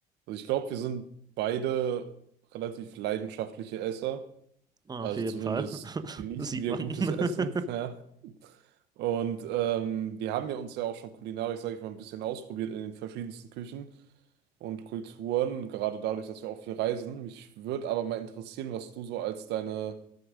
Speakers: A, on the right (about 80°); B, on the right (about 25°).
A: Also ich glaube, wir sind beide relativ leidenschaftliche Esser.
B: Auf
A: Also
B: jeden
A: zumindest
B: Fall. <laughs>
A: genießen
B: Sieht
A: wir
B: man.
A: gutes Essen,
B: <laughs>
A: <laughs> ja. Und ähm, wir haben ja uns ja auch schon kulinarisch, sage ich mal, ein bisschen ausprobiert in den verschiedensten Küchen und Kulturen, gerade dadurch, dass wir auch viel reisen. Mich würde aber mal interessieren, was du so als deine